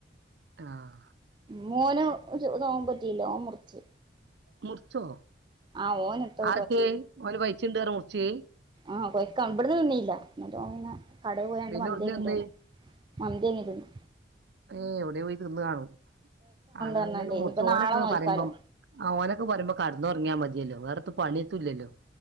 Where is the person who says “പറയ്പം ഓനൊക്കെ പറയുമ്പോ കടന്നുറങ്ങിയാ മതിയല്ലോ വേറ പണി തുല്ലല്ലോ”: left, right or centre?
Right